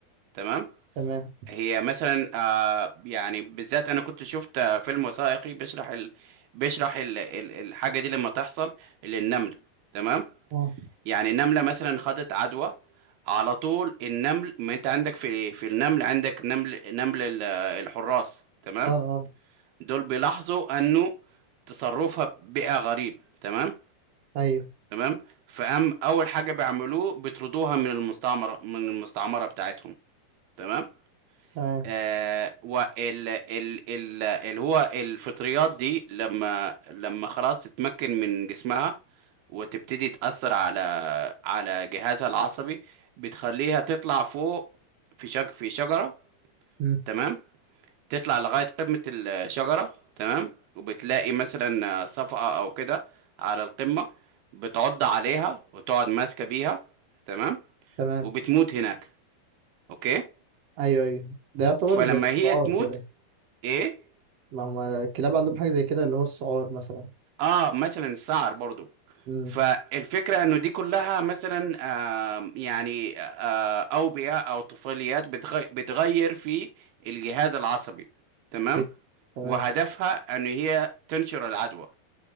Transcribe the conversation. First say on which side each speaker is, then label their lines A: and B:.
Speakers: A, on the right; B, on the right.
A: تمام
B: تمام
A: هي مثلا آه يعني بالذات انا كنت شفت آه، فيلم وثائقي بيشرح ال... بيشرح ال... ال- الحاجه دي لما تحصل للنمل تمام
B: أه
A: يعني نملة مثلا خدت عدوى على طول النمل ما انت عندك في في النمل عندك نمل نمل ال- الحراس تمام
B: أه أه
A: دول بيلاحظوا انه تصرفها بقى غريب تمام
B: أيوه
A: تمام فأم اول حاجة بيعملوه بيطردوها من المستعمرة من المستعمرة بتاعتهم تمام
B: تمام
A: آه وال ال ال اللي هو الفطريات دي لما لما خلاص تتمكن من جسمها وتبتدي تأثر على على جهازها العصبي بتخليها تطلع فوق في شج في شجرة
B: مم.
A: تمام تطلع لغاية قمة الشجرة تمام وبتلاقي مثلا صفقة أو كده على القمة بتعض عليها وتقعد ماسكة بيها تمام
B: تمام
A: وبتموت هناك أوكي
B: أيوه أيوه ده يعتبر
A: فلما
B: زي السعار
A: هي تموت
B: كده
A: إيه
B: ما هم الكلاب عندهم حاجة زي كده اللي هو السعار مثلا
A: اه مثلا السعر برضو
B: مم.
A: فالفكرة انه دي كلها مثلا آه يعني آه اوبئة او طفيليات بتغي- بتغير في الجهاز العصبي تمام
B: أيوه تمام
A: وهدفها ان هي تنشر العدوى